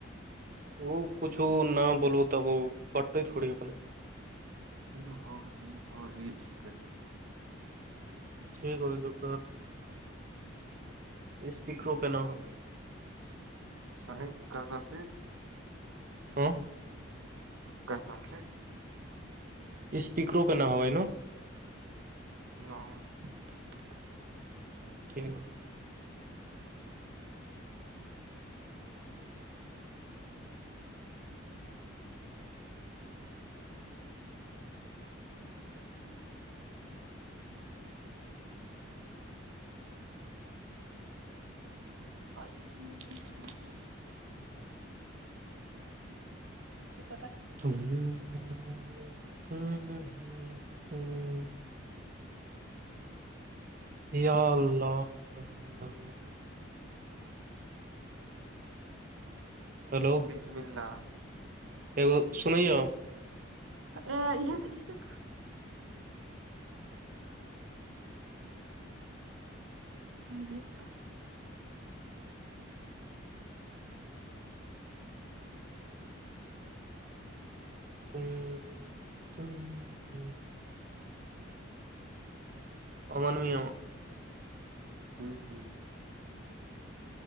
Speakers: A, on the right; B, on the right.
A: وہ کچھ نہ بولو تب وہ کٹتے تھوڑی اپنے
B: پ ہاں ب ہاں ہی کری
A: ٹھیک ہوتے چپر اسپیکرو پ نہا ہو
B: سرے کا کا تھ ہیں
A: <inaudible>
B: کت آھ ہیں
A: اسپیکروں پ نہ ہو ہے نا
B: <inaudible>
A: ٹھیک
B: اور سب سمجھ بھی کیا تھا شھ
A: <inaudible> یا اللہ رحملہ ہلو
B: بسم اللہ
A: اگو سنائیا
B: ا یہ اس سک ہ بھیجتا
A: ہ ہ امنویہ
B: ہوں ہوں